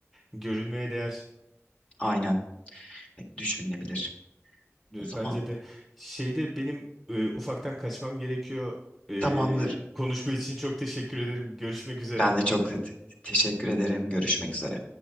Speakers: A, in the centre; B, on the left.
A: görülmeye değer.
B: Aynen düşünülebilir.
A: E,
B: O zaman
A: Bence de şeyde benim e, ufaktan kaçmam gerekiyor. E,
B: tamamdır.
A: konuşma için çok teşekkür ederim. Görüşmek üzere.
B: Ben de çok te- teşekkür ederim. Görüşmek üzere.